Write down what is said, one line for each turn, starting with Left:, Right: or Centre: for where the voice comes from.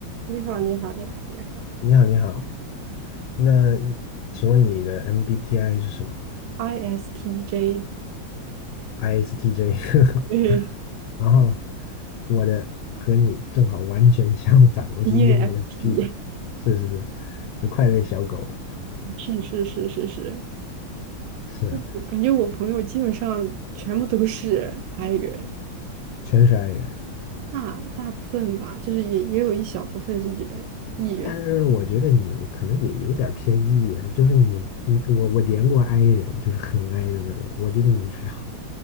Right: 你好，你好，你好，你好
Left: 你好，你好。那请问你的 MBTI 是什么
Right: ，ISTJ，
Left: ？ISTJ。<laughs>
Right: 嗯
Left: 然后我的和你正好完全相反，我是
Right: <laughs>
Left: ENFP，
Right: e n f p
Left: 是是是，是快乐小狗，
Right: <laughs> 是是是是是，
Left: 是啊
Right: 嗯我感觉我朋友基本上全部都是 I 人，
Left: 全是 I 人。
Right: 大大部分吧，就是也也有一小部分是 E 人，E 人
Left: 但是我觉得你可能也有点儿偏 E，啊就是你你我我连过 I 人，就是很 I 的那种。我觉得你还好